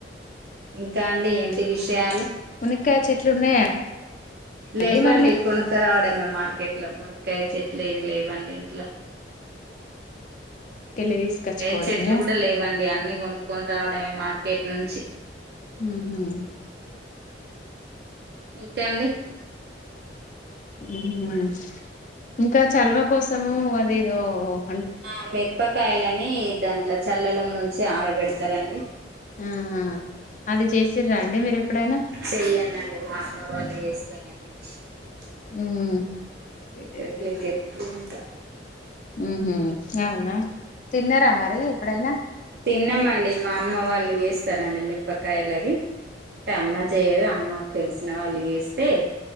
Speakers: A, on the right (about 60°); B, on the left (about 45°).
A: ఇంకా అండి ఏంటి విషయాలు
B: మునక్కాయ చెట్లు ఉన్నాయా
A: లేవ్వండి
B: అండి మరి మీ
A: కొనుక్కరావడ మార్కెట్ ఇంట్లొమునక్కాయ చెట్లు ఏవి లేవండి ఇంట్లో
B: కెళ్ళి తీసుకచ్చుకోవడమే
A: ఏ చెట్లు కూడా లేవండి అన్నీ కొను కొని రావడమే మార్కెట్ నుంచి
B: ఉహు
A: ఇంకఅండి
B: ఉమ్ హు ఇంకా చలవ కోసము అదే యో హ్
A: ఆ మిరపకాయలని దాంట్లో చల్లలు ముంచి ఆరబెడతారండి.
B: ఆ అది చేసిర్ర అండి మీరు ఎప్పుడైనా
A: చెయ్యనండి మా అమ్మ వాళ్ళు చేస్తారండి నేను చెయ్యను
B: మ్ ఊ మ్మ్
A: పోయితది క్లిక్ చెత్తే ఇంకా
B: ఉహు అవునా తిన్నారా మరి ఎప్పుడైనా
A: తిన్నామండి మా అమ్మ వాళ్ళు చేస్తారండి మీరు పక్ బకాయలది అంటే అమ్మ చెయ్యదు అమ్మ తెలుస్ నాలుగేస్తే